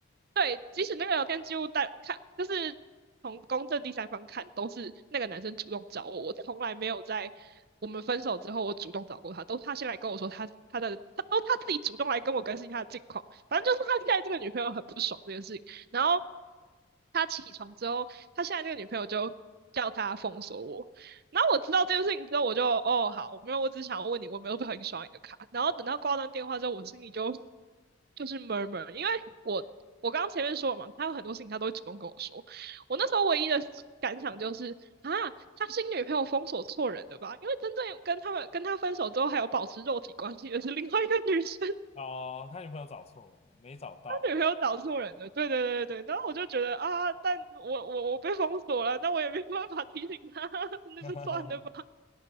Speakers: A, on the right; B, on the left.
A: 对，即使那个聊天记录但看，就是从公正第三方看，都是那个男生主动找我，我从来没有在我们分手之后我主动找过他，都是他先来跟我说他他的，他都他自己主动来跟我更新他的近况，反正就是他现在这个女朋友很不爽这件事情，然后他起床之后，他现在这个女朋友就。叫他封锁我，然后我知道这件事情之后，我就哦好，我没有，我只想要问你，我没有很喜刷你的卡。然后等到挂断电话之后，我心里就就是 murmur，因为我我刚刚前面说了嘛，他有很多事情他都会主动跟我说。我那时候唯一的感想就是啊，他新女朋友封锁错人了吧？因为真正有跟他们跟他分手之后还有保持肉体关系的是另外一个女生，
B: 哦。他女朋友找错了，没找到，
A: 他女朋友找错人了。对对对对对，然后我就觉得啊，但我我我被封锁了，那我也没办法提醒他，<laughs> 那就算了吧。
B: <laughs>